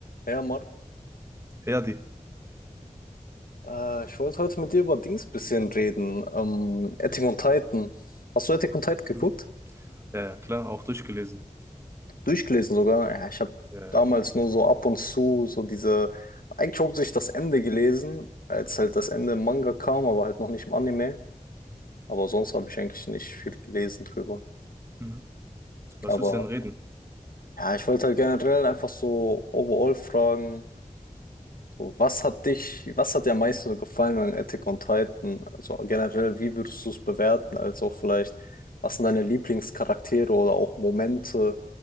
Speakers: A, on the left; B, on the right.
A: Ja, Marc,
B: Ja, die.
A: äh, ich wollte heute mit dir über Dings bisschen reden. Ähm, Attack on Titan. Hast du Attack on Titan geguckt?
B: Mhm. Ja, ja, klar, auch durchgelesen.
A: Durchgelesen sogar. Ja, ich habe
B: Ja, ja.
A: damals nur so ab und zu so diese, eigentlich hauptsächlich das Ende gelesen, als halt das Ende im Manga kam, aber halt noch nicht im Anime. Aber sonst habe ich eigentlich nicht viel gelesen drüber.
B: Mhm. Was
A: Aber
B: willst du denn reden?
A: ja, ich wollte halt generell einfach so overall fragen, So, was hat dich, was hat dir am meisten so gefallen an Attack on Titan? Also generell, wie würdest du es bewerten? Als auch vielleicht, was sind deine Lieblingscharaktere oder auch Momente,